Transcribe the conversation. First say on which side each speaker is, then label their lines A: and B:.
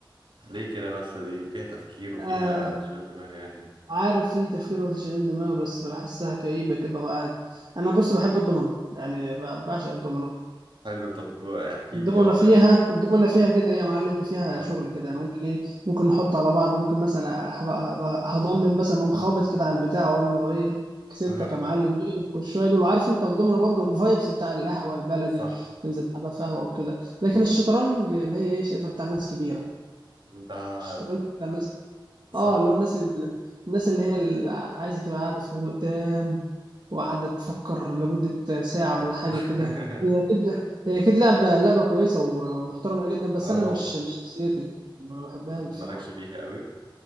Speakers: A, on the right; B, on the right.
A: ليه كده بس دي فيها تفكير وفيها
B: آه
A: تشغيل دماغ يعني
B: عارف في تفكير وتشغيل دماغ بس بحسها كئيبة كده وقاعد أنا بص بحب الدومنة يعني ب- بعشق الدومنة
A: حلو طب احكي
B: الدومنة
A: لي كده طيب
B: فيها الدومنة فيها كده ايه يا معلم فيها
A: اه
B: شغل كده يعني ممكن ايه ممكن نحط على بعض ممكن مثلا هبقى- هبقى هضمن مثلا اقوم خابط كده على البتاع اقول له ايه كسبتك
A: اه
B: يا معلم والشويه دول وعارف انت والدومنة برضو الفايبس بتاع القهوة البلدي
A: صح
B: بنزل ابقى قهوة وكده لكن الشطرنج اللي هي ايه شايفها بتاع ناس كبيرة
A: ده
B: الشطرنج بتاع ناس
A: صح
B: اه اللي هو الناس اللي الناس اللي هي اللي عايزه تبقى قاعده في هدوء تام وقاعده تفكر لمده ساعه ولا حاجه
A: <laughs>
B: كده هي اكيد هي اكيد لعبه لعبه كويسه ومحترمه جدا بس
A: اه
B: انا
A: طبعا
B: مش مش شخصيتي ما بحبهاش بصراحه
A: مالكش فيها قوي